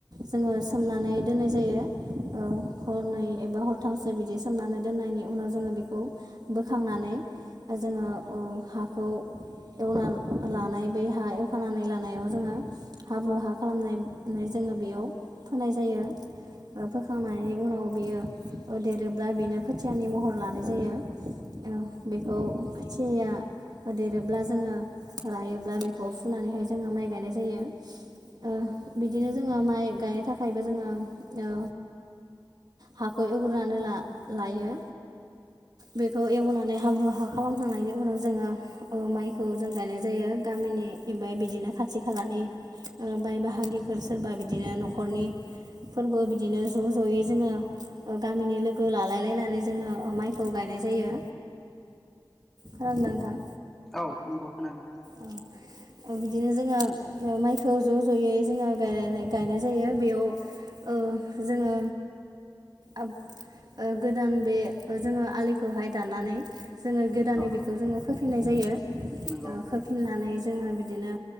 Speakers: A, on the right; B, in the centre.
A: जोङो सोमनानै दोननाय जायो ओ हरनै एबा हरथामसो बिदि सोमनानै दोननायनि उनाव जोङो बेखौ बोखांनानै जोङो औ हाखौ एवना लानाय बे हा एवखानानै लानायाव जोङो हाब्रु हा खालामनाय नानै जोङो बेयाव फोनाय जायो ओ फोखांनायनि उनाव बियो ओ देरोब्ला बेनो खोथियानि महर लानाय जायो ओ बेखौ खोथियाया देरोब्ला जोङो रायोब्ला बेखौ फुनानैहाय जोङो माइ गायनाय जायो ओ बिदिनो जोङो माइ गायनो थाखायबो जोङो ओ हाखौ एवग्रोनानै ला-लायो बेखौ एवना नै हाब्रु हा खालामखांनायनि उनाव जोङो ओ माइखौ जों गायनाय जायो गामिनि बा बिदिनो खाथि खालानि ओ बाइ बाहागिफोर सोरबा बिदिनो न'खरनि फोरबो बिदिनो ज' ज'यै जोङो ओ गामिनि लोगो लालाय लायनानै जोङो ओ माइखौ गायनाय जायो। खालामा नोंथां।
B: औ नोंगौ खोनादों।
A: औ बिदिनो जोङो ओ माइखौ ज' ज'यै जोङो गायनानै गायनाय जायो बेयाव ओ जोङो ओब ओ गोदान बे ओ जोङो आलिखौहाय दाननानै जोङो गोदानै
B: औ
A: बेखौ जोङो खोफिननाय जायो
B: नंगौ
A: ओ खो फिननानै जोङो बिदिनो